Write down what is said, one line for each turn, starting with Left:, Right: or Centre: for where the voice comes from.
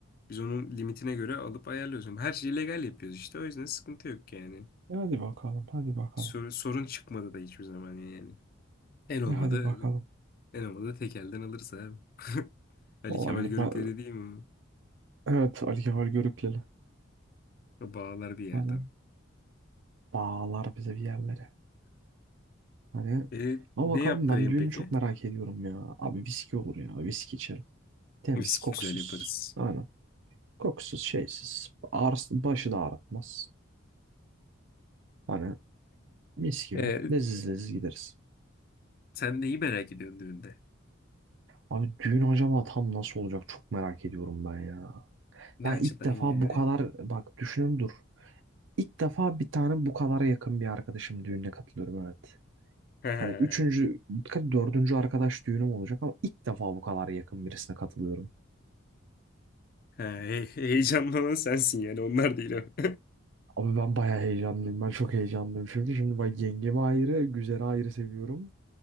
Left: Biz onun limitine göre alıp ayarlıyoruz. Ama Her şeyi legal yapıyoruz işte. O yüzden sıkıntı yok yani.
Right: E hadi bakalım, hadi bakalım.
Left: Sor- sorun çıkmadı da hiçbir zaman yani. En olmadı
Right: E hadi bakalım.
Left: en olmadı tek elden alırız abi. <laughs> Ali
Right: Olabilir.
Left: Kemal Görükleri
Right: Ben,
Left: değil mi?
Right: evet, alkol görükleli.
Left: o? O Bağlar bir yerden.
Right: Hani bağlar bize bir yerlere. Hani
Left: E,
Right: ama
Left: ne
Right: bakalım
Left: yaptırayım
Right: ben düğünü
Left: peki?
Right: çok merak ediyorum ya. Abi viski olur ya. Viski içerim. Temiz,
Left: Viski
Right: kokusuz.
Left: güzel yaparız.
Right: Aynen. Kokusuz, şeysiz. Ağrısı, başı da ağrıtmaz. Hani mis gibi.
Left: Ee,
Right: Leziz leziz gideriz.
Left: sen neyi merak ediyorsun düğünde?
Right: Abi düğün acaba tam nasıl olacak çok merak ediyorum ben ya.
Left: Ne
Right: Ben
Left: açıdan
Right: ilk defa
Left: yani?
Right: bu kadar bak düşünün dur. İlk defa bir tane bu kadar yakın bir arkadaşım düğününe katılıyorum evet.
Left: He,
Right: Hani üçüncü, kaç- dördüncü arkadaş düğünüm olacak ama ilk defa bu kadar yakın birisine katılıyorum.
Left: he, he- heyecanlanan sensin yani onlar değil o. <laughs>
Right: Abi ben bayağı heyecanlıyım. Ben çok heyecanlıyım çünkü şimdi bak yengemi ayrı, güzeli ayrı seviyorum.